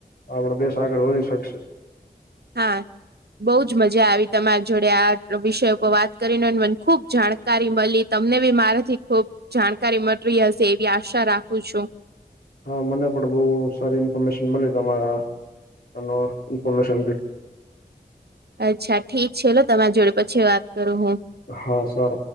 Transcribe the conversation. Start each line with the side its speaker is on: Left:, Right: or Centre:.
Left: આપડો દેશ આગળ વધી શકશે.
Right: હા બહુંજ મજા આવી તમારી જોડે આ વિષય ઉપર વાત કરીને મને ખુબ જાણ જાણકારી મળી તમને બી મારાથી ખુબ જાણકારી મળી હશે એવી આશા રાખું છું.
Left: હા મને પણ બહુ સારી ઇન્ફોર્મેશન મળી તમારા નો ઇન્ફોર્મેશન ભી
Right: અચ્છા ઠીક છે લો તમારા જોડે પછી વાત કરું હું
Left: હા સર